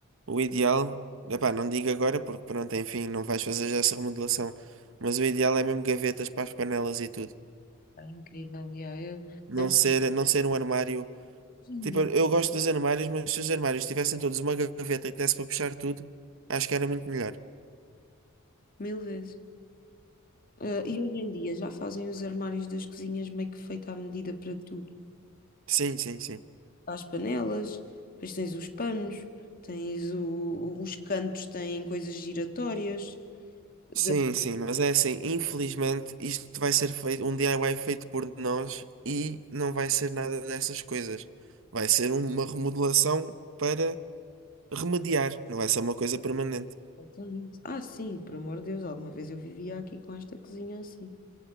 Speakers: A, on the right; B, on the left.
A: O ideal, epá, não digo agora porque pronto, enfim, não vais fazer já essa remodelação. Mas o ideal é mesmo gavetas para as panelas e tudo.
B: É incrível, já. Eu,
A: Não
B: a-
A: ser, não ser um armário.
B: hoje em
A: Tipo,
B: dia,
A: eu gosto dos armários, mas se os armários tivessem todos uma gaveta que desse para puxar tudo, acho que era muito melhor.
B: mil vezes. Ah, e hoje em dia já fazem os armários das cozinhas meio que feito à medida para tudo.
A: Sim, sim, sim.
B: As panelas, depois tens os panos, tens o- os cantos, têm coisas giratórias. Da-
A: Sim, sim, mas é assim, infelizmente isto vai ser feito, um DIY feito por nós e não vai ser nada dessas coisas. Vai ser uma remodelação para remediar, não vai ser uma coisa permanente.
B: Exatamente. Ah, sim, por amor de Deus, alguma vez eu vivia aqui com esta cozinha assim.